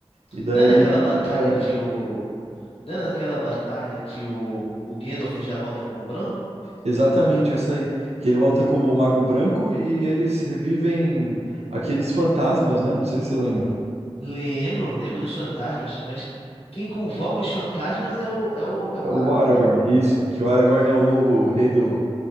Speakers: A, on the right; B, on the left.
A: E daí
B: Não é naquela batalha
A: chega
B: que o. Não é naquela batalha que o, o Gandalf já volta como branco?
A: exatamente essa aí. Que ele volta como o Mago Branco e eles revivem aqueles fantasmas, né? Não sei se você lembra.
B: Lembro, lembro dos fantasmas, mas quem convoca os fantasmas é o, é o, é o
A: É O
B: Aragorn,
A: Aragorn,
B: né?
A: isso, que o Aragorn
B: É.
A: é o novo rei do,